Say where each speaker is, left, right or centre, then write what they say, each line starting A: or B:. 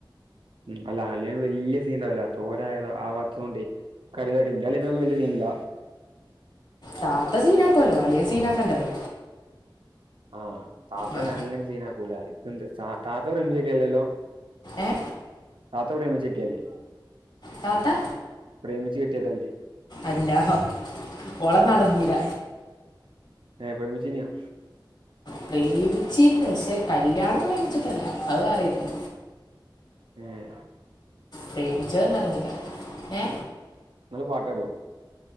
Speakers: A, on the right; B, on the left.
A: ഉ അല്ല അളിയൻ വല്യ സീനാവൂല ചോര ആവത്തതോണ്ടെ ഇന്റളിയനൊന്നും വല്ലിയ സീനില്ല
B: താത്ത സീനാക്കുവല്ലോ അളിയൻ സീന ആക്കണ്ടല്ലോ
A: ആഹ് താത്തനങ്ങനെ
B: ആ
A: സീനാകുല താത്ത പ്രേമിച്ചേട്ടിയതല്ലല്ലോ
B: ഏഹ്
A: താത്ത പ്രേമിച്ചേട്ടിയതല്ലേ
B: താത്ത
A: പ്രേമിച്ച് കെട്ടിയതല്ലേ
B: അല്ല ഹ് ഓളെ നടന്നില്ല
A: ഏ പ്രേമിച്ചിരുന്നോ
B: പ്രേമിച്ചിരുന്നു പക്ഷേ കല്യാണം പ്രേമിച്ചിട്ടല്ല അത് വേറെയായിരുന്നു
A: ങ്ങേ
B: പ്രേമിച്ചത് നടന്നില്ല ഏഹ
A: ങ്ങള് പാട്ടുപാടോ